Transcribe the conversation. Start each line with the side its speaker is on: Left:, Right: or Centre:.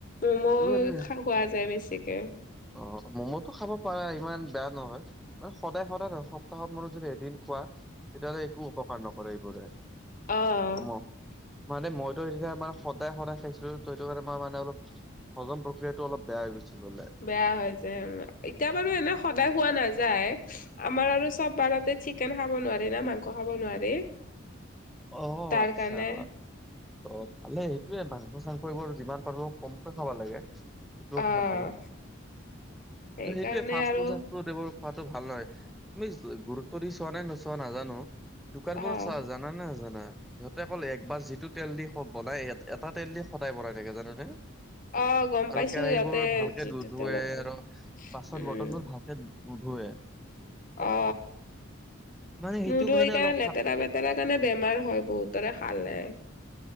Left: ম'ম'
Centre: সেইটো কাৰণে
Left: খা খোৱা যায় বেছিকে
Centre: অ ম'ম'টো খাব পাৰা ইমান বেয়া নহয় মানে সদায় সদায় নহয় এসপ্তাহত মোৰত যদি এদিন খোৱা তেতিয়াহ'লে একো অপকাৰ নকৰে এইবোৰে
Left: অ',
Centre: মই মানে মইতো তেতিয়া আ মম সদায় সদায় খাইছিলো হেতো কাৰণে মই মানে অলপ হজম প্ৰক্ৰিয়াটো অলপ বেয়া হৈ গৈছিল বোলে
Left: বেয়া হয় যে এতিয়া বাৰু এনে সদায় হোৱা নাযায় আমাৰ আৰু চব বাৰতে চিকেন খাব নোৱাৰে না মাংস খাব নোৱাৰি
Centre: অ
Left: তাৰ
Centre: আচ্ছা
Left: কাৰণে
Centre: ত ভালে সেইটোয়ে মাংস চাংস এইবোৰ যিমান পাৰো কমকৈ খাব লাগে সেইটো
Left: অ',
Centre: ভাল হয়
Left: সেইকাৰণে
Centre: সেইটোৱে ফষ্ট
Left: আৰু
Centre: ফুড দৱৰ পোৱাটো ভাল নহয় তুমি গুৰুত্ব দি চোৱা নাই নোচোৱা নাজানো দোকানবোৰত
Left: অ'।
Centre: চাহ জানা না জানা সিহঁতে অকল একবাৰ যিটো তেল দি বনাই এটা তেল দি সদায় বনাই থাকে জানানে
Left: অ গম
Centre: ঘৰত
Left: পাইছো
Centre: কেৰাহী
Left: সিহঁতে
Centre: বোৰ ভালকে
Left: যিটো
Centre: ধ ধোৱে
Left: তেলতো
Centre: আৰু বাছত
Left: উম
Centre: বৰ্তন বোৰ ভাল নোধোৱে
Left: অ
Centre: মানে সেইটো
Left: নুধোৱে কাৰণে
Centre: অলপ
Left: লেতেৰা
Centre: খা
Left: পেতেৰা তাৰ কাৰণে বেমাৰ হয় বহুতৰে খালে